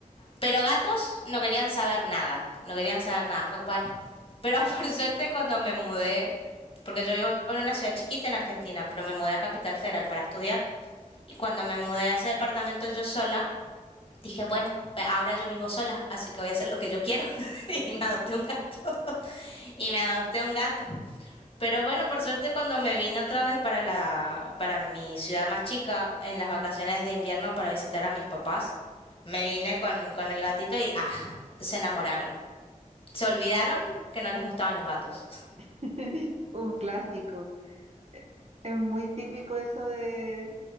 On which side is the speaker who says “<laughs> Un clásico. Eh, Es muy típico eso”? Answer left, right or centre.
Right